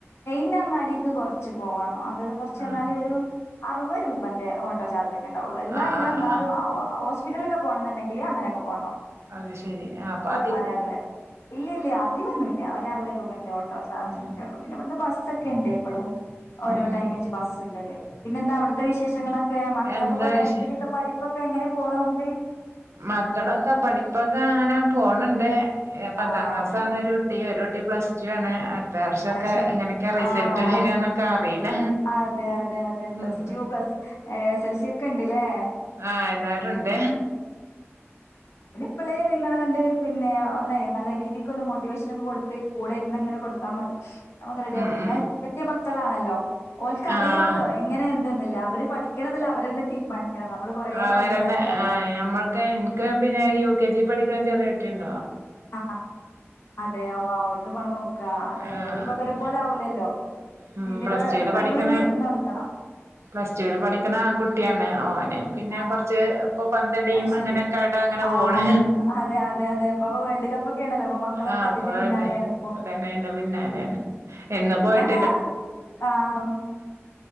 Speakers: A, on the left (about 65°); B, on the right (about 75°).
A: പിന്നെ അങ്ങാടക്ക് കുറച്ച് പോകണം അത് കുറച്ച് പറഞ്ഞാല്
B: ആഹ്
A: ഒരു അറുപത് രൂപന്റെ ഓട്ടോാർജ് ണ്ടാവുള്ളൂ എല്ലാം
B: ആഹ്
A: എല്ലാം
B: ആഹ്
A: ഹ്പറ്റലൊെ
B: ആഹ്
A: പോണ എന്നണ്ടെങ്ക അങ്ങനൊക്കെ പോകണം
B: അത് ശരി ആ അപ്പ അ
A: ഒ അറുപ ഇല്ല ഇല്ല അധികംൊന്നുമല്ല ഒരു അറുപ രൂപന്റെ ഓട്ടോ ചാർജ്
B: ഉം
A: ഒക്കെ ഉള്ള പിന്നെ ഇവിടു ബസ് സെക്കൻ എപ്പളും ഓരോ
B: ഉം ഉം
A: ടൈം വച്ച് ബസ് ല്ല പിന്നെ എന്താ അവിടുത്തെ വിശേഷങ്ങളൊക്കെ മക്കളൊക്കെപ്പോൊ
B: എന്താ
A: ടെൻതിൽൊക്കെ
B: വിശേ
A: പഠിപ്പ് എങ്ങനെ പോണണ്ട്
B: മക്കളൊക്കെ പഠിപ്പൊക്കെ അങ്ങനെ പോ ഫോണ പത്താം
A: ആഹ്
B: ക്ലാസ്ാണ്
A: അതന്നെ
B: കുട്ടിയട്ട പ്ലസ് ടു ആണ് അടുത്ത വർഷംൊക്കെ
A: അത് ശരി
B: എങ്ങനെയൊക്കെ റിസൾട്ട്
A: ആഹ്
B: വരിന്നൊക്കെ അറിയില്ല
A: അതെ അതെ അതെ പ്ലസ്
B: ഉം
A: ടു പ്ലസ് ൽസ ഒക്കെ ഉണ്ടല്ലേ
B: ആഹ് എല്ലാരും ഉണ്ട്
A: ഇപ്പളെ നിങ്ങ അന്റെ പിന്നെ ഒന്നേ നല്ല രീതിക്ക്ന്ന് മോട്ടിവേഷന ഒക്കെ കൊടുത്ത് കൂടെ ഇരുന്ന് അങ്ങനെ കൊടുത്താൽ മതി അവ റെഡി
B: ഉം
A: ആഓ പിന്നെ
B: ഉം
A: മക്കളാണല്ലോ ഓക്ക്റിയാലോ
B: ആഹ്
A: എങ്ങനെ എന്തന്നില്ല അവര് പഠിക്കണംമെന്നല്ല അവ എന്നെ തീരുമാനിക്കണം നമ്മള് കൊറേ
B: ആ
A: പറഞ്ഞിട്ട്
B: വരണ്ട
A: കാര്യ ണ്ടാവൂല്ല
B: ആ നമ്മൾക്ക എനിക്ക് പിന്നെ കെ ജി പഠിക്കാൻ ചെറിയട്ടുണ്ട്
A: ആ അതെയ ഒതു മണം നോക്കാ അതന്നെ
B: ആഹ്
A: ഓനിപ്പോ
B: അതന്നെ
A: ഇവരെ പോലെ ആവൂലല്ലോ
B: ഉം
A: ഇവര്
B: പ്ലസ് ടുൽ പഠിക്കണ
A: നമ്മളന്നെ ഇരുന്ന് കൊടുക്കണം
B: പ്ലസ് ടുൽ പഠിക്കണ കുട്ടി ആണ് ഓ പിന്നെ
A: ആഹ്
B: കൊറച്ച് ഇപ്പൊ പറഞ്ഞടീം
A: അത്
B: അങ്ങനെയൊക്കെട
A: ശരി
B: അങ്ങനെ
A: ആഹ്
B: പോണ്
A: അതെ അതെ അതെ ഇപ്പ വേൾഡ് കപ്പൊക്കെ ആണല്ലോ അപ്പൊ മക്കളൊക്കെ
B: ആഹ്
A: അതിന്റെ
B: പോട്ടെ
A: പിന്നാലെയാണ് ഇപ്പൊ
B: അതന്നെന്റെ പിന്നൊണ് എന്ന പോയിട്ട
A: ക്കാ കാർന്ന്